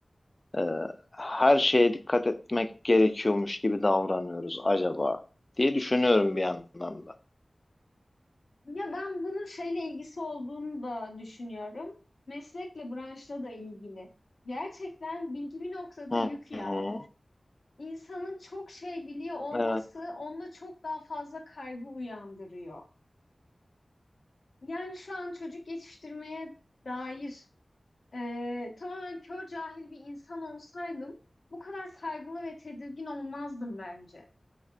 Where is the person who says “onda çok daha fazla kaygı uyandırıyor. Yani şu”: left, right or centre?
Left